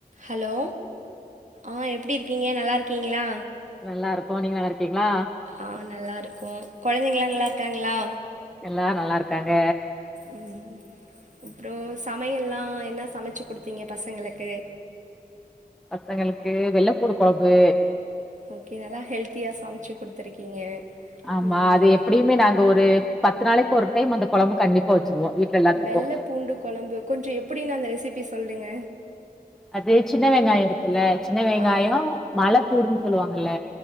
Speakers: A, on the right; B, in the centre.
A: Hello ஆ எப்டி இருக்கீங்க நல்லார்கீங்ளா
B: நல்லா இருக்கோ நீங்க நல்லா இருக்கீங்களா
A: ஆ நல்லாருக்கோ கொழந்தைங்லா நல்லாருக்காங்ளா
B: எல்லாரு நல்லா இருக்காங்க
A: ம் அப்றோ சமையல்லா என்னா சமைச்சு குடுத்தீங்க பசங்களுக்கு
B: பசங்களுக்கு வெள்ளப்பூடு கொழம்பு
A: ஓகே நல்லா ஹெல்த்தியாக சமச்சு குடுத்துருக்கீங்க
B: ஆமா
A: ம்
B: அது எப்படியுமே நாங்க ஒரு பத்து நாளைக்கு ஒரு டைம் அந்த கொழம்பு கண்டிப்பா வச்சிருவோ வீட்ல எல்லாத்துக்கு
A: வெள்ள பூண்டு கொழம்பு கொஞ்சோ எப்டினு அந்த ரெசிபி சொல்லுங்க
B: அது சின்ன வெங்காயோ இருக்குல்ல சின்ன வெங்காயோ
A: ஆ
B: மல பூடுன் சொல்லுவாங்கல்ல